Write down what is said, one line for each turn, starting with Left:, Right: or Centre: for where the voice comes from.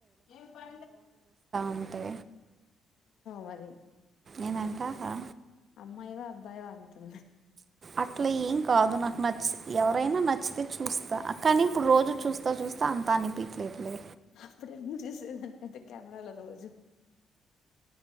Left: ఏమో
Right: ఉంటే
Left: మరి
Right: నేనంటా హా
Left: అమ్మాయివ అబ్బాయివ అంటుంది
Right: అట్ల ఏం కాదు నాకు నచ్చి ఎవరైనా నచ్చితే చూస్తా కనీ ఇప్పుడు రోజు చూస్తా చూస్తా అంత అనిపిట్లేదులే.
Left: అప్పుడు ఎందుకు చూసేదాన్ని అయితే కెమెరాల రోజు